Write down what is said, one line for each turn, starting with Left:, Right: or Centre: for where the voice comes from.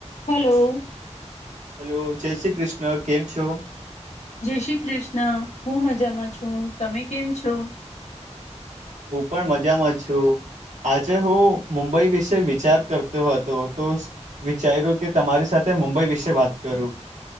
Left: Hello
Right: hello જય શ્રી કૃષ્ણ કેમ છો?
Left: જય શ્રી કૃષ્ણ હું મજામાં છું તમે કેમ છો?
Right: હું પણ મજામાં છું. આજે હું મુંબઈ વિશે વિચાર કરતો હતો તો વિચાર્યું કે તમારી સાથે મુંબઈ વિશે વાત કરું.